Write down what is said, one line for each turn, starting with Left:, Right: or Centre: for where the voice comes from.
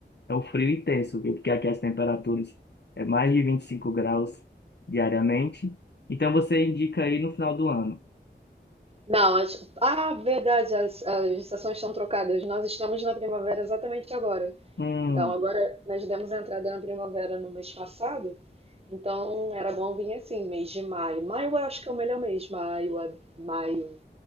Left: é um frio intenso, viu? Porque aqui as temperaturas é mais de 25 graus diariamente. Então você indica aí no final do ano.
Right: Não, as... ah, verdade, as, as estações estão trocadas. Nós estamos na primavera exatamente agora.
Left: Hum,
Right: Então, agora nós demos entrada na primavera no mês passado. Então, era bom vir assim, mês de maio. Maio eu acho que é o melhor mês. Maio, a- maio,